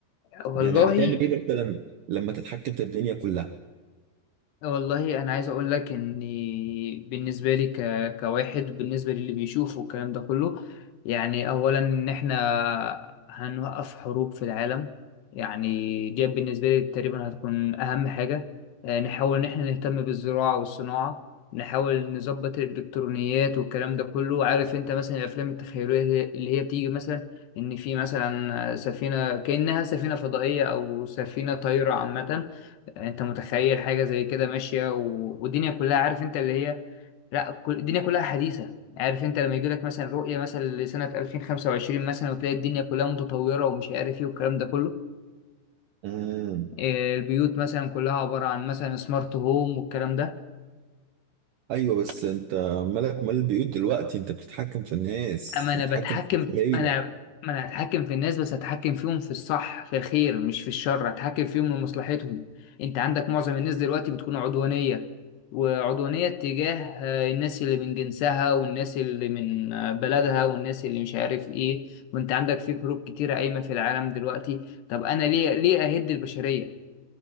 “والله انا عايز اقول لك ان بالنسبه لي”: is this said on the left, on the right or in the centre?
Left